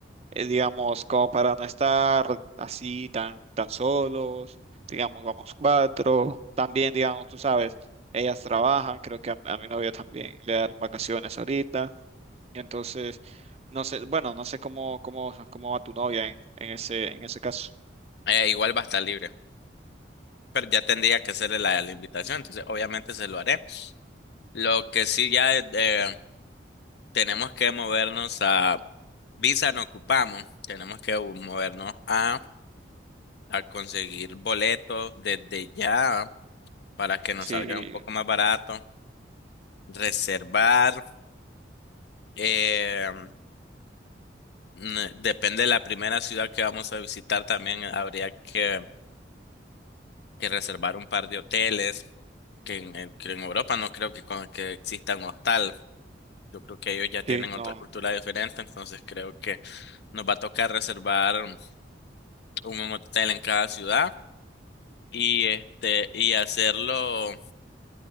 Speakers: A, on the right; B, on the left.
A: eh, digamos, como para no estar así tan, tan solos, digamos, vamos cuatro, también, digamos, tú sabes, ellas trabajan, creo que a, a mi novia también le dan vacaciones ahorita. Entonces, no sé, bueno, no sé cómo, cómo, cómo va tu novia en, en ese, en ese caso.
B: Eh, igual va a estar libre, pero ya tendría que hacerle la, la invitación, entonces obviamente se lo haré. Lo que sí ya eh, eh, tenemos que movernos a Visa no ocupamos, tenemos que u- movernos a, a conseguir boletos desde ya para que nos
A: Sí,
B: salga un poco más barato, reservar, eh, mm, depende de la primera ciudad que vamos a visitar también habría que que reservar un par de hoteles, que en, en- que en Europa no creo que, con- que exista un hostal. Yo creo que ellos ya tienen
A: sí, no,
B: otra cultura diferente, entonces creo que nos va a tocar reservar un, un hotel en cada ciudad y este y hacerlo